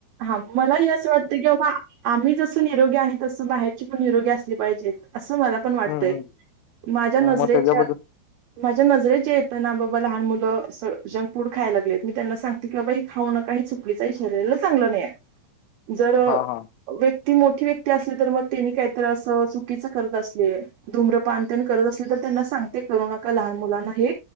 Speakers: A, on the right; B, on the left.
A: हा मलाही असं वाटतं की बाबा आम्ही जसं निरोगी आहे तसं बाहेरची पण निरोगी असली पाहिजेत असं मला पण वाटतय
B: हं, हं.
A: माझ्या नजरेच्या
B: मग त्याच्याबद्दल
A: माझ्या नजरे जे येतं ना बाबा लहान मुलं जंक फूड खायला गेऊत मी त्यांना सांग कि बाबा खाऊ नका काही चुकलीचं आहे शरीरला चांगलं नाही आहे जर
B: हां, हां,
A: व्यक्ती मोठी व्यक्ती असली तर मग त्यांनी काहीत अस चुकीचं करत असले. धूम्रपानतन करत असले तर त्यांना सांगते करू नका लहान मुलांना हे